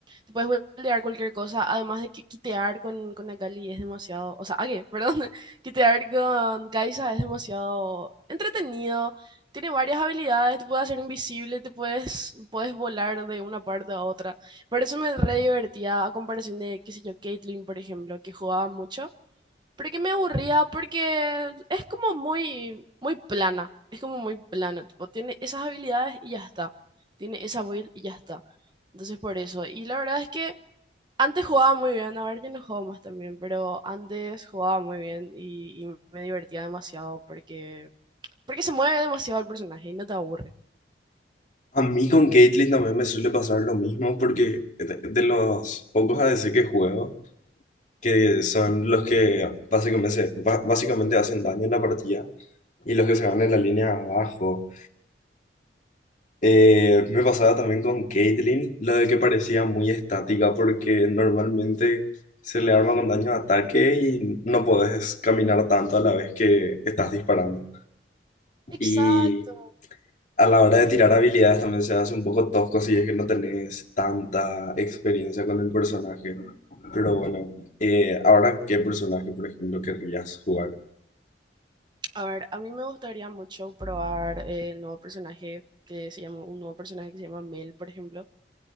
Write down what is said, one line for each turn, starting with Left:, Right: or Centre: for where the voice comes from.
Right: Te puedes buildear cualquier cosa, además de que quitear con, con Akali es demasiado, o sea, Age, <laughs> perdón, quitear con Kai'Sa es demasiado entretenido. Tiene varias habilidades, te puede hacer invisible, te puedes, puedes volar de una parte a otra. Por eso me re divertía a comparación de, qué sé yo, Caitlyn, por ejemplo, que jugaba mucho porque me aburría, porque es como muy, muy plana. Es como muy plana. Tipo, tiene esas habilidades y ya está. Tiene esa build y ya está. Entonces, por eso. Y la verdad es que antes jugaba muy bien. Ahora ya no juego más también. Pero antes jugaba muy bien y, y me divertía demasiado porque, porque se mueve demasiado el personaje y no te aburre.
Left: A mí con Caitlyn también me suele pasar lo mismo porque de, de los pocos ADC que juego, que son los que básicamente, se- ba- básicamente hacen daño en la partida y los que se van en la línea abajo. Eh, me pasaba también con Caitlyn, lo de que parecía muy estática porque normalmente se le arma con daño de ataque y no podés caminar tanto a la vez que estás disparando.
Right: Exacto.
Left: Y a la hora de tirar habilidades también se hace un poco tosco si es que no tenés tanta experiencia con el personaje. Pero bueno, eh, ahora, ¿qué personaje, por ejemplo, querrías jugar?
Right: A ver, a mí me gustaría mucho probar eh, el nuevo personaje que se llama, un nuevo personaje que se llama Mel, por ejemplo